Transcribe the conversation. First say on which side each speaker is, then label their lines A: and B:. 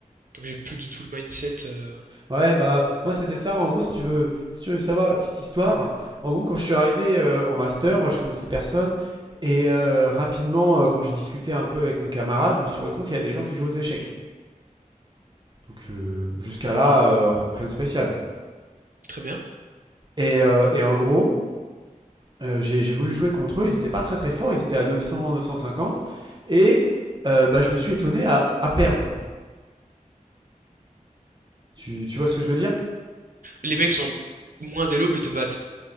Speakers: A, on the right (about 70°); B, on the right (about 35°).
A: Donc j'ai plus du tout le mindset. euh,
B: Ouais, bah, moi, c'était ça. En gros, si tu veux, si tu veux savoir la petite histoire, en gros, quand je suis arrivé euh, en master, moi, je connaissais personne. Et euh, rapidement, euh, quand j'ai discuté un peu avec nos camarades, je me suis rendu compte qu'il y a des gens qui jouent aux échecs. Donc, euh, jusqu'à là, euh, r- rien de spécial.
A: très bien.
B: Et, euh, et en gros, euh, j'ai j'ai voulu jouer contre eux. Ils étaient pas très très forts. Ils étaient à 900, 950. Et euh, bah, je me suis étonné à, à perdre. Tu, tu vois ce que je veux dire
A: Les mecs sont moins d'élo mais te battent.